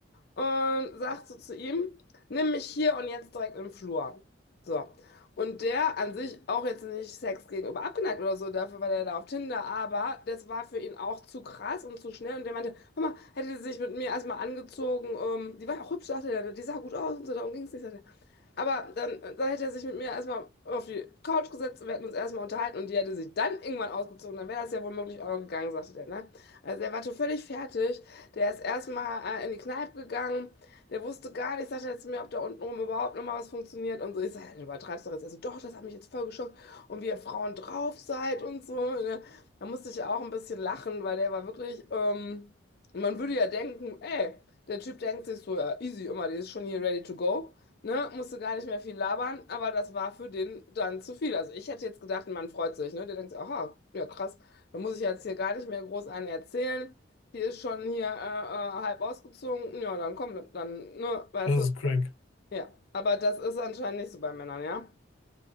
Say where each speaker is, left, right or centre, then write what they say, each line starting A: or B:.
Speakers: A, on the left (about 50°); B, on the left (about 80°).
A: und sagt so zu ihm, nimm mich hier und jetzt direkt im Flur. So. Und der an sich auch jetzt nicht Sex gegenüber abgeneigt oder so, dafür war der da auf Tinder, aber das war für ihn auch zu krass und zu schnell. Und der meinte, hör mal, hätte sie sich mit mir erstmal angezogen, ähm, die war ja auch hübsch, dachte er, die sah gut aus und so, darum ging es nicht. Sagt er, aber dann, dann hätte er sich mit mir erstmal auf die Couch gesetzt und wir hätten uns erstmal unterhalten und die hätte sich dann irgendwann ausgezogen. Dann wäre das ja womöglich auch noch gegangen, sagte der, ne? Also er war schon völlig fertig. Der ist erstmal äh, in die Kneipe gegangen. Der wusste gar nicht, sagte er zu mir, ob da unten oben überhaupt noch mal was funktioniert und so. Ich sage, du übertreibst doch jetzt. Also doch, das hat mich jetzt voll geschockt. Und wie ihr Frauen drauf seid und so. Ne? Da musste ich auch ein bisschen lachen, weil der war wirklich, ähm, man würde ja denken, ey, der Typ denkt sich so, ja, easy immer, die ist schon hier ready to go. Ne, musste gar nicht mehr viel labern, aber das war für den dann zu viel. Also ich hätte jetzt gedacht, man freut sich, ne? Der denkt, sich, aha, ja krass, da muss ich jetzt hier gar nicht mehr groß einen erzählen. Die ist schon hier äh, äh, halb ausgezogen. Ja, dann komm, dann, dann, ne, weißt
B: das
A: du,
B: ist crank.
A: ja. Aber das ist anscheinend nicht so bei Männern, ja.